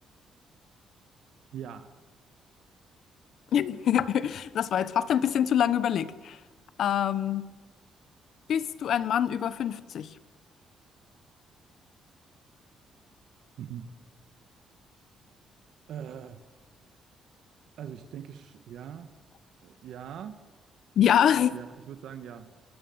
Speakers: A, on the right; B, on the left.
A: Ja.
B: <laughs> Das war jetzt fast ein bisschen zu lange überlegt. Ähm, bist du ein Mann über fünfzig?
A: Mhm. Äh, also ich denke, sch- ja, äh, ja,
B: Ja.
A: ja, ich würde sagen, ja.